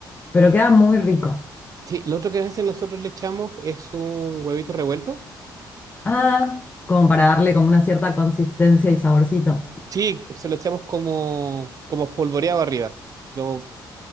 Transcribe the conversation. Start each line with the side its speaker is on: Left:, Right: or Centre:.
Left: pero queda muy rico.
Right: Sí, lo otro que a veces nosotros le echamos es un huevito revuelto.
Left: Ah, como para darle como una cierta consistencia y saborcito.
Right: Sí, se lo echamos como, como espolvoreado arriba. Lo,